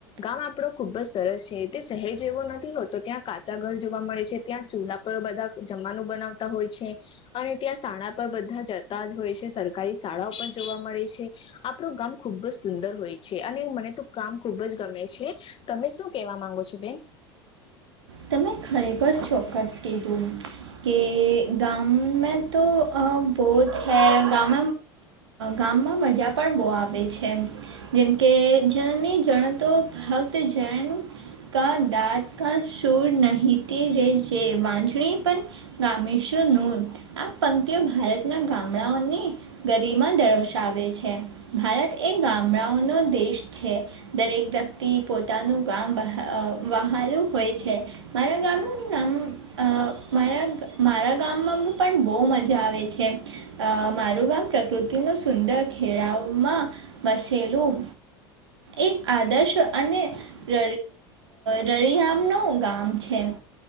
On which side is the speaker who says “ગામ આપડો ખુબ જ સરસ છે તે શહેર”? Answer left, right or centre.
Left